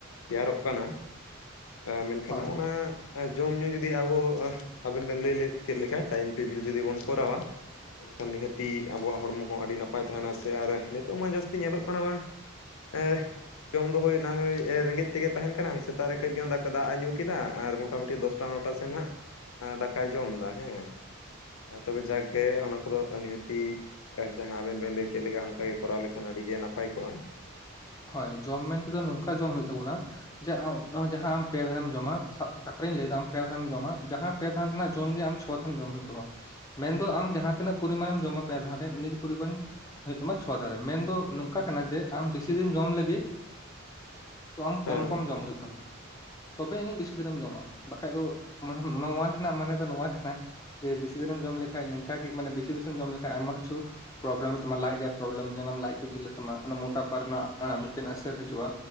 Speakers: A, on the left (about 80°); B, on the left (about 15°).
A: ᱛᱮᱭᱟᱨᱚᱜ ᱠᱟᱱᱟ᱾ ᱮ ᱢᱮᱱᱠᱷᱟᱱ
B: ᱦᱳᱭ
A: ᱱᱚᱜ-ᱚᱱᱟ ᱟ ᱡᱚᱢᱼᱧᱩ ᱡᱩᱫᱤ ᱟᱵᱚ ᱚ ᱟᱵᱮᱱ ᱵᱮᱱ ᱞᱟᱹᱭ ᱞᱮᱜ ᱠᱮᱜ ᱞᱮᱠᱟ ᱴᱟᱭᱤᱢ ᱴᱮᱵᱤᱞ ᱡᱩᱫᱤ ᱵᱚᱱ ᱠᱚᱨᱟᱣᱟ ᱮᱠᱷᱟᱱ ᱱᱤᱦᱟᱹᱛᱤ ᱟᱵᱚᱣᱟᱜ ᱦᱚᱲᱢᱚ ᱦᱚᱸ ᱟᱹᱰᱤ ᱱᱟᱯᱟᱭ ᱛᱮᱦᱮᱱᱟ ᱥᱮ ᱟᱨ ᱱᱤᱛᱚᱜ ᱢᱟ ᱡᱟᱹᱥᱛᱤ ᱧᱮᱞᱚᱜ ᱠᱟᱱᱟ ᱵᱟᱝᱼᱼ ᱮᱦ᱾ ᱡᱚᱢ ᱫᱚ ᱦᱳᱭ ᱱᱟᱦᱳᱭ ᱮ ᱨᱮᱸᱜᱮᱡ ᱛᱮᱜᱮ ᱛᱟᱦᱮᱱ ᱠᱟᱱᱟ ᱦᱳᱭ ᱥᱮᱛᱟᱜ ᱨᱮ ᱠᱟᱹᱡ ᱜᱟᱱ ᱫᱟᱠᱟ ᱫᱟᱜ ᱮ ᱧᱩ ᱠᱮᱫᱟ ᱟᱨ ᱢᱚᱴᱟᱼᱢᱩᱴᱤ ᱫᱚᱥ ᱟᱴᱴᱟ ᱱᱚᱴᱟ ᱥᱮᱱ ᱦᱟᱸᱜ ᱟ ᱫᱟᱠᱟᱭ ᱡᱚᱢᱫᱟ ᱦᱮᱸ᱾ ᱛᱚᱵᱮ ᱡᱟᱠᱜᱮ ᱚᱱᱟ ᱠᱚᱫᱚ ᱱᱤᱦᱟᱹᱛᱤ ᱡᱟᱦᱟᱸ ᱟᱵᱮᱱ ᱵᱮᱱ ᱞᱟᱹᱭ ᱠᱮᱫ ᱞᱮᱠᱟ ᱚᱱᱠᱟ ᱜᱮ ᱠᱚᱨᱟᱣ ᱞᱮ ᱠᱷᱟᱱ ᱟᱹᱰᱤ ᱜᱮ ᱱᱟᱯᱟᱭ ᱠᱚᱜᱼᱟ᱾
B: ᱦᱳᱭ ᱡᱚᱢ ᱢᱮᱱᱛᱮᱫᱚ ᱱᱚᱝᱠᱟ ᱡᱚᱢ ᱦᱳᱭᱩᱜ ᱛᱟᱵᱚᱱᱟ ᱡᱮ ᱟᱢ ᱱᱚᱜ-ᱚᱭ ᱦᱟᱦᱟᱸ ᱟᱢ ᱯᱮ ᱫᱷᱟᱣ ᱮᱢ ᱡᱚᱢᱟ ᱥᱟᱵ ᱠᱟᱛᱷᱟᱨᱮᱧ ᱞᱟᱹᱭᱮᱫᱟ ᱟᱢ ᱯᱮ ᱫᱷᱟᱣᱮᱢ
A: ᱦᱩᱸ
B: ᱡᱚᱢᱟ ᱡᱟᱦᱟᱸ ᱯᱮ ᱫᱷᱟᱱ ᱨᱮᱱᱟᱜ ᱡᱚᱢ ᱜᱮ ᱟᱢ ᱪᱷᱚ ᱫᱷᱟᱱ ᱡᱚᱢ ᱦᱩᱭᱩᱜ ᱛᱟᱢᱟ᱾ ᱢᱮᱱᱫᱚ ᱟᱢ ᱡᱟᱦᱟᱸ ᱛᱤᱱᱟᱹᱜ ᱯᱚᱨᱤᱢᱟᱱᱮᱢ ᱡᱚᱢᱟ ᱯᱮ ᱫᱷᱟᱣ ᱨᱮ ᱤᱱᱟᱹᱜ ᱜᱮ ᱯᱚᱨᱤᱢᱟᱱ ᱦᱩᱭᱩᱜ ᱛᱟᱢᱟ ᱪᱷᱚ ᱫᱷᱟᱣᱨᱮ, ᱢᱮᱱᱫᱚ ᱱᱚᱝᱠᱟ ᱠᱟᱱᱟ ᱡᱮ ᱟᱢ ᱵᱤᱥᱤ ᱡᱩᱫᱤᱢ ᱡᱚᱢ ᱞᱟᱹᱜᱤᱫ ᱛᱚ ᱟᱢ
A: ᱦᱮᱸ
B: ᱠᱚᱢ ᱠᱚᱢ ᱡᱚᱢ ᱦᱩᱭᱩᱜ ᱛᱟᱢᱟ᱾ ᱛᱚᱵᱮ ᱟᱹᱱᱤᱡ ᱵᱮᱥᱤ ᱫᱤᱱᱮᱢ ᱡᱚᱢᱟ ᱵᱟᱠᱷᱟᱡ ᱫᱚ ᱢᱟᱱᱫ ᱱᱚᱣᱟ ᱨᱮᱱᱟᱜ ᱢᱟᱱᱮ ᱫᱚ ᱱᱚᱣᱟ ᱠᱟᱱᱟ ᱡᱮ ᱵᱮᱥᱤ ᱫᱤᱱᱮᱢ ᱡᱚᱢ ᱞᱮᱠᱟᱱ ᱱᱤᱝᱟ ᱜᱮ ᱢᱟᱱᱮ ᱵᱤᱥᱤ ᱵᱮᱥᱤᱢ ᱡᱚᱢ ᱞᱮᱠᱷᱟᱡ ᱟᱭᱢᱟ ᱠᱤᱪᱷᱩ ᱯᱨᱚᱵᱽᱞᱮᱢ ᱦᱩᱭᱩᱜ ᱛᱟᱢᱟ ᱞᱟᱡ ᱨᱮᱭᱟᱜ ᱯᱨᱚᱵᱞᱮᱢ ᱧᱮᱞᱟᱢ ᱞᱟᱡᱽ ᱠᱚ ᱡᱷᱤᱡᱞᱞᱟᱹᱜ ᱛᱟᱢᱟ, ᱚᱱᱟ ᱢᱚᱴᱟᱯᱟ ᱨᱮᱱᱟᱜ ᱱᱟᱦᱟᱜ ᱢᱤᱫᱴᱮᱱ ᱟᱹᱥᱟᱹᱨ ᱦᱤᱡᱩᱜᱼᱟ᱾